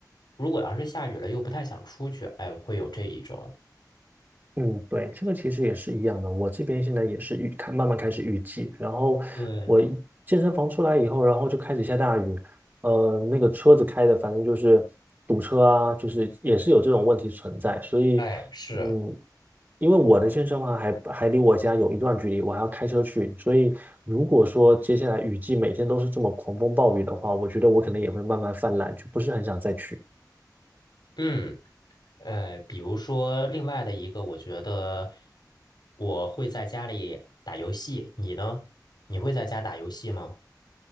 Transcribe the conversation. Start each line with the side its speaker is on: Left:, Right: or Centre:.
Left: 如果要是下雨了又不太想出去，哎，会有这一种。
Right: 嗯，对，这个其实也是一样的。我这边现在也是预开，慢慢开始预计。然后我一健身房出来以后，
Left: 对，
Right: 然后就开始下大雨，呃，那个车子开的反正就是堵车啊，就是也是有这种问题存在。所以，
Left: 哎，是。
Right: 嗯，因为我的健身房还还离我家有一段距离，我还要开车去。所以，如果说接下来雨季每天都是这么狂风暴雨的话，我觉得我可能也会慢慢泛滥，就不是很想再去。
Left: 嗯，呃，比如说另外的一个，我觉得我会在家里打游戏，你呢？你会在家打游戏吗？